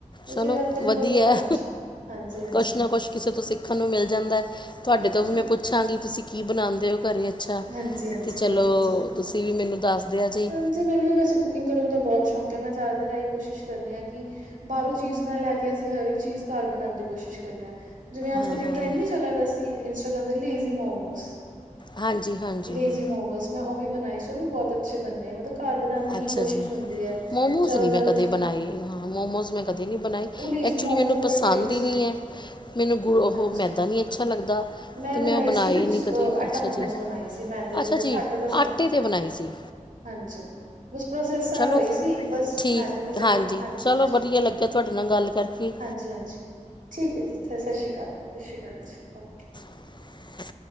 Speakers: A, on the right; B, on the left.
A: ਵੈਸੇ
B: ਚਲੋ
A: ਅੱਜ ਕੱਲ੍ਹ
B: ਵਧੀਆ
A: ਬਹੁਤ ਹਾਂਜੀ ਹਾਂਜੀ ਹਾਂਜੀ,
B: ਕੁਛ ਨਾ ਕੁਛ ਕਿਸੇ ਤੋਂ ਸਿੱਖਣ ਨੂੰ ਮਿਲ ਜਾਂਦਾ ਤੁਹਾਡੇ
A: ਹਾਂਜੀ,
B: ਤੋਂ ਵੀ ਮੈਂ ਪੁੱਛਾਂਗੀ ਤੁਸੀਂ ਕੀ ਬਣਾਉਂਦੇ ਹੋ ਘਰ ਅੱਛਾ
A: ਹਾਂਜੀ, ਹਾਂਜੀ
B: ਤੇ ਚਲੋ
A: ਕੋਈ ਨੀ ਜੀ।
B: ਤੁਸੀਂ ਵੀ ਮੈਨੂੰ ਦੱਸ ਦਿਆ ਜੇ
A: ਹਾਂਜੀ ਮੈਨੂੰ ਵੀ ਵੈਸੇ ਕੁਕਿੰਗ ਕਰਨ ਦਾ ਬਹੁਤ ਸ਼ੌ ਸ਼ੌਂਕ ਮੈਂ ਜ਼ਿਆਦਾਤਰ ਇਹੀ ਕੋਸ਼ਿਸ਼ ਕਰਨੀ ਹਾਂ ਕਿ ਬਾਹਰੋਂ ਚੀਜ਼ ਨਾ ਲੈ ਕੇ ਅਸੀਂ ਹਰਕ ਚੀਜ਼ ਘਰ ਬਣਾਉਣ ਦੀ ਕੋਸ਼ਿਸ਼ ਜਿਵੇਂ ਅੱਜ
B: ਹਾਂ
A: ਕੱਲ ਇੱਕ
B: ਹਾਂ
A: ਟਰੈਂਡ
B: ਹਾਂ
A: ਨੀ ਚਲਾਦਾ ਸੀ ਇੰਸਟਾਗ੍ਰਾਮ ਤੇ ਲੇਜੀੀ ਮੋਮੋ
B: ਹਾਂਜੀ ਹਾਂਜੀ।
A: ਲੇਜੀੀ ਮੋਮੋਸ ਮੈਂ ਉਹ ਵੀ ਬਣਾਈ ਸੀ ਉਹ ਵੀ ਬਹੁਤ ਅੱਛੇ ਬੰਨੇ ਮਤਲਬ ਘਰ ਬਣਾਉਣ ਦੀ
B: ਅੱਛਾ
A: ਹੀ ਕੋਸ਼ਿਸ਼
B: ਜੀ
A: ਹੁੰਦੀ ਹੈ
B: ਮੋਮੋਸ
A: ਜ਼ਿਆਦਾ ਤੋਂ
B: ਨੀ
A: ਜ਼ਿਆਦਾ
B: ਮੈਂ ਕਦੇ
A: ਚੀਜ਼
B: ਬਣਾਏ ਹਾਂ ਮੋਮੋਜ਼ ਮੈਂ ਕਦੇ ਨੀ ਬਣਾਏ
A: ਉਹ ਲੇਜ਼ੀ
B: ਐਕਚੁਲੀ
A: ਮੋਮੋਸ
B: ਮੈਨੂੰ
A: ਦਾ
B: ਪਸੰਦ
A: ਬੜਾ ਟਰੈਂਡ
B: ਹੀ ਨਹੀਂ
A: ਸੀ
B: ਹੈ ਮੈਨੂੰ ਗੁ ਉਹ
A: ਹਾਂਜੀ
B: ਮੈਦਾ ਨਹੀਂ ਅੱਛਾ ਲੱਗਦਾ
A: ਮੈਂ
B: ਅਤੇ
A: ਬਣਾਈ
B: ਉਹ
A: ਸੀ
B: ਨਹੀਂ ਕਦੇ
A: ਆਟਾ
B: ਅੱਛਾ
A: ਮੋਮੋਸ
B: ਜੀ
A: ਬਣਾਏ ਸੀ ਮੈਂ ਇੱਧਰ ਦੀ
B: ਅੱਛਾ
A: ਜਗ੍ਹਾ
B: ਜੀ
A: ਆਟਾ ਦਾ ਸਾਡ
B: ਆਟੇ 'ਤੇ ਬਣਾਈ ਸੀ।
A: ਹਾਂਜੀ ਬਸ ਪ੍ਰੋਸੈਸ ਸਾਰਾ
B: ਚਲੋ
A: ਹੋਈ ਸੀ ਬਸ
B: ਠੀਕ
A: ਮੈਦੇ ਦੀ ਜਗ੍ਹਾ ਹਾਂਜੀ
B: ਚਲੋ
A: ਹਾਂਜੀ
B: ਵਧੀਆ ਲੱਗਿਆ ਤੁਹਾਡੇ ਨਾਲ ਗੱਲ ਕਰਕੇ।
A: ਹਾਂਜੀ ਹਾਂਜੀ ਹਾਂਜੀ ਠੀਕ ਹੈ ਜੀ ਸਤਿ ਸ਼੍ਰੀ ਅਕਾਲ ਸਤਿ ਸ਼੍ਰੀ ਅਕਾਲ ਜੀ ਓ
B: <inaudible>